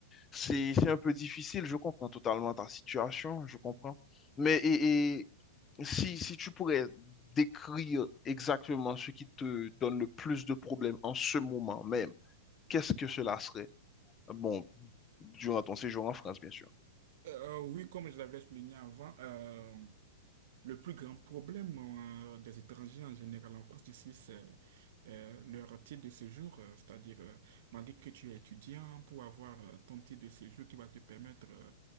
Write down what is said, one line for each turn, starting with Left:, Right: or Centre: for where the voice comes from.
Left: c'est, c'est un peu difficile. Je comprends totalement ta situation. Je comprends. Mais et, et si, si tu pourrais décrire exactement ce qui te donne le plus de problèmes en ce moment même, qu'est-ce que cela serait? Bon, durant ton séjour en France, bien sûr.
Right: Euh, oui, comme je l'avais souligné avant, euh, Le plus grand problème euh, des étrangers en général en France ici, c'est euh, leur titre de séjour, euh, c'est-à-dire euh, malgré que tu es étudiant, pour avoir euh, ton titre de séjour qui va te permettre euh,